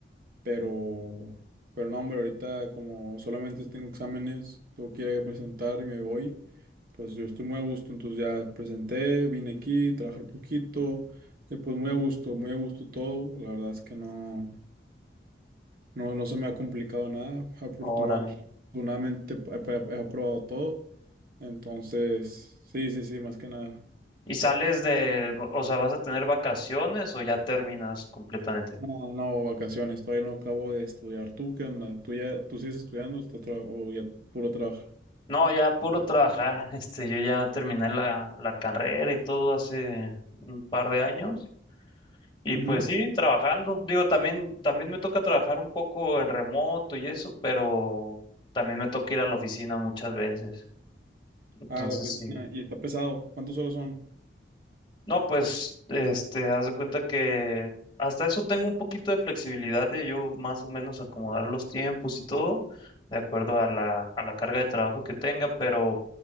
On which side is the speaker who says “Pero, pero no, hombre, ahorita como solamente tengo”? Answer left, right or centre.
Right